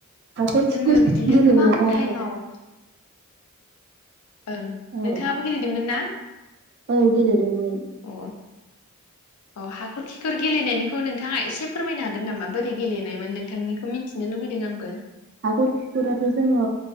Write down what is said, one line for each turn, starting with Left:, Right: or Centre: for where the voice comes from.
Right: हाखर
Left: जोङो
Right: खिखर
Left: बिदिनो
Right: गेलेनाया
Left: गोबां टाइमाव ओं
Right: औ
Left: नोंथाङाबो गेलेदोंमोन ना?
Right: औ गेलेदोंमोन।
Left: अ अ हाखर खिखर गेलेनायनिखौ नोंथाङा एसे फोरमायनो हागोन नामा बोरै गेलेनायमोन नोंथांनिखौ मिन्थिनो लुबैदों आंबो।
Right: हाखर खिखराथ' जोङो